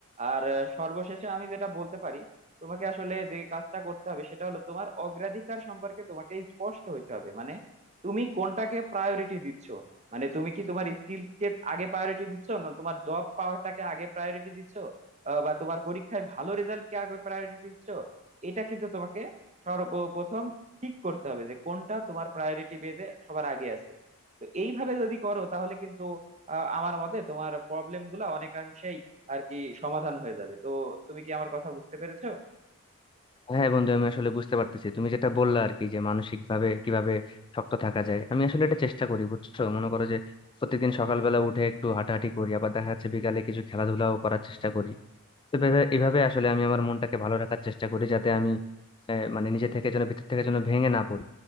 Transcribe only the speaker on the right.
আর আহ, সর্বশেষে আমি যেটা বলতে পারি তোমাকে আসলে যে কাজটা করতে হবে সেটা হলো তোমার অগ্রাধিকার সম্পর্কে তোমাকে স্পষ্ট হইতে হবে মানে তুমি কোনটাকে প্রায়োরিটি দিচ্ছ মানে তুমি কি তোমার স্কিলকে আগে প্রায়োরিটি দিচ্ছ না তোমার জব পাওয়াটাকে আগে প্রায়োরিটি দিচ্ছ আহ, বা তোমার পরীক্ষায় ভালো রেজাল্টকে আগে প্রায়োরিটি দিচ্ছ এটা কিন্তু তোমাকে সর্বপ্রথম ঠিক করতে হবে যে কোনটা তোমার প্রায়োরিটি বেজে সবার আগে আছে তো এইভাবে যদি করো তাহলে কিন্তু আহ, আমার মতে তোমার প্রবলেম গুলা অনেকাংশেই আর কি সমাধান হয়ে যাবে তো তুমি কি আমার কথা বুঝতে পেরেছো